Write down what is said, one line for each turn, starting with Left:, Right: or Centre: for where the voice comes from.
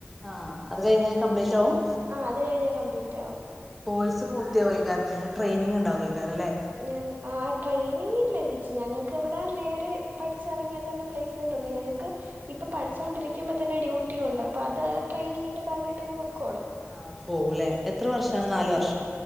Centre: ആഹ്അത് കഴിഞ്ഞാൽ കംപ്ലീറ്റ് ആവും
Right: ആ അത് കഴിഞ്ഞൽ കംപ്ളീറ്റ് ആവും
Centre: കോഴ്സ് പൂർത്തിയാവും ഏക്കാരം പിന്നെ ട്രെയിനിങ് ണ്ടുവുക്കേരം അല്ലെ
Right: ഞാ ആ ട്രെയിനിങ് ഇല്ല ചേച്ചി ഞങ്ങൾക്ക് ഇവിടെ നേരെ പഠിച്ചിറങ്ങിയാൽ തന്നെ പ്ലേസ് സ്മെന്റുണ്ട് ഞങ്ങൾക്ക് ഇപ്പ പഠിച്ചൊണ്ടിരിക്കുമ്പോൾ
Centre: ആഹ്
Right: തന്നെ ഡ്യൂട്ടി ഉണ്ട് അപ്പോ അത് ട്രെയിനിങ്ങിൻ്റെ ഭാഗമായിട്ടങ് പൊക്കോളൂ
Centre: ആ പോവൂം ലേ എത്ര വർഷാണ് നാലു വർഷോ